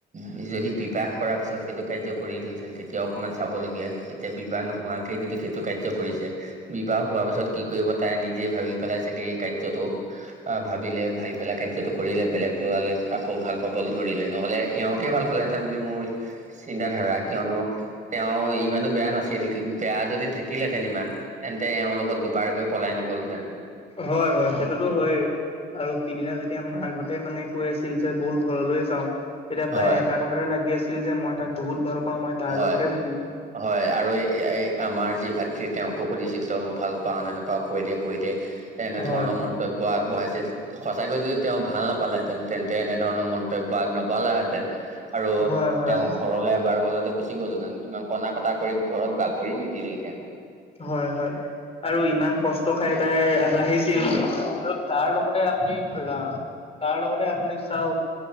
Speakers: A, on the right (about 40°); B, on the left (about 30°).
A: সি যদি বিবাহ কৰাৰ পিছত সেইটো কাৰ্য কৰিলহেতেন তেতিয়াও অকমান চাবলগীয়া এতিয়া বিবাহ নোহোৱাকেই যদি সেইটো কাৰ্য কৰিছে। বিবাহ হোৱাৰ পাছত কি কৰিব তাই নিজেই ভাবি পেলাই চাগে এই কাৰ্যটো ভাবিলে ভাবি পেলাই কাৰ্যটো কৰিলে বেলেগ ল'ৰালে আকৌ ভাল পাবলৈ ধৰিলে। নহ'লে এওঁকে ভাল পালেহেঁতেন বুলি মুই চিন্তাধাৰা কিয়নো তেওঁ ইমানো বেয়া নাছিল। বেয়া যদি থাকিলহেঁতেন ইমান তেন্তে এওঁ লগত দুবাৰ গৈ পলাই নগলহেঁতেন।
B: হয়, হয় সেইটোতো হয়েই আৰু সিদিনা যেতিয়া মাকহঁতে মানে কৈ আছিল যে বল ঘৰলৈ যাওঁ, তেতিয়া
A: হয়
B: তাই এটা কথাতে লাগি আছিল যে মই তাক বহুত ভাল পাও মই তাৰ
A: হয়
B: লগতে থাকিম।
A: হয় আৰু এই এই আমাৰ যি ভাতৃ তেওঁকো সুধিছিল তই মোক ভাল পাৱ নে নাপাৱ কয় দে, কয় দে। এনেধৰণৰ
B: হয় হয়।
A: মন্তব্য আগবঢ়াইছিল। সঁচাকৈ যদি তেওঁ ভাল নাপালেহেঁতেন তেন্তে এনেধৰণৰ মন্তব্য আগ নবঢ়ালেহেঁতেন। আৰু
B: হয় হয়
A: তেওঁ ঘৰলৈ এবাৰ গ'লে তেওঁ গুচি গ'লহেঁতেন। ইমান কন্দা-কটা কৰি ঘৰত বা কৰি নিদিলহেঁতেন।
B: হয় হয় আৰু ইমান কষ্ট খাই তাই ইয়ালে আহিছিল আৰু তাৰ লগতে আপুনি <unintelligible> তাৰ লগতে আপুনি চাওক